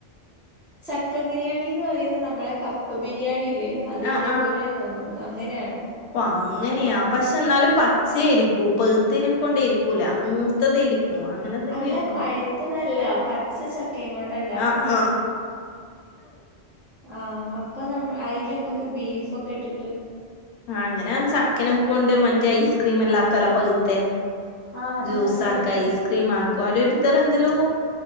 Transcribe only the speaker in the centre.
ചക്ക ബിരിയാണി ണിന്ന് പറയുന്നത് നമ്മളെ കപ്പ ബിരിയാണിന്ന് അതിൻന്റെ
പോലെയ തോന്നുന്നത് അങ്ങനെയാണ്
അല്ല
പഴുത്തതല്ല പച്ച ചക്കയും കൊണ്ടാ ഉണ്ടാക്കുന്നെ
ആ അപ്പ നമ്മ അതില് നമ്മുക്ക് ബീഫൊക്കെ ഇട്ടിട്ട്
ആ അത്
നല്ല
ടേസ്റ്റ്